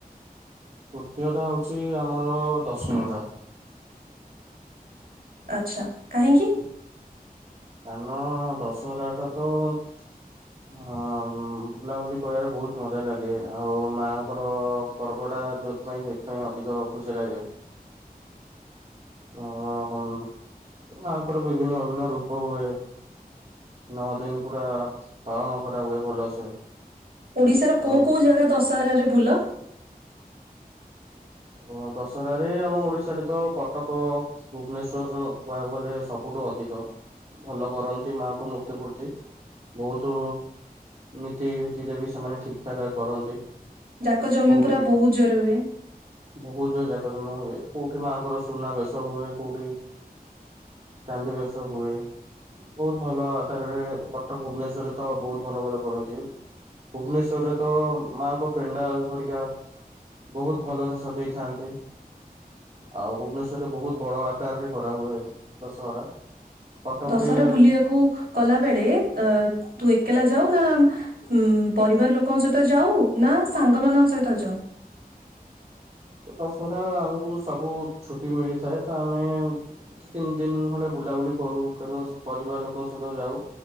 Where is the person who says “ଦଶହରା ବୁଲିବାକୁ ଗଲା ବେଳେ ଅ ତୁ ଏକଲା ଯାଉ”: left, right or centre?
Right